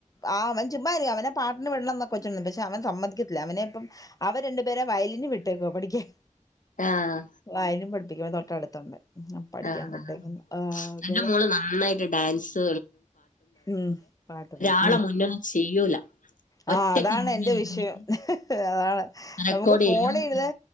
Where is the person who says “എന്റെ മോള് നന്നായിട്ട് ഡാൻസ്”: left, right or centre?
Left